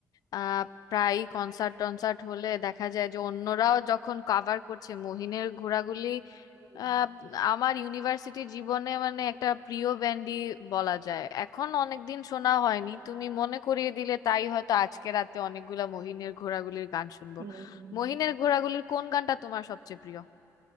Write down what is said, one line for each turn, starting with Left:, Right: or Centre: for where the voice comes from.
Left: আহ, প্রায়ই কনসার্ট টনসার্ট হলে দেখা যায় যে অন্যরাও যখন কভার করছে মহিনের ঘোড়াগুলি
Right: হুম,
Left: আহ, আমার ইউনিভার্সিটি জীবনে মানে একটা প্রিয় ব্যান্ডই বলা যায় এখন অনেকদিন শোনা হয়নি তুমি মনে করিয়ে দিলে তাই হয়তো আজকে রাতে অনেকগুলা মহিনের ঘোড়াগুলির গান শুনবো
Right: হুম, হুম।
Left: মহিনের ঘোড়াগুলির কোন গানটা তোমার সবচেয়ে প্রিয়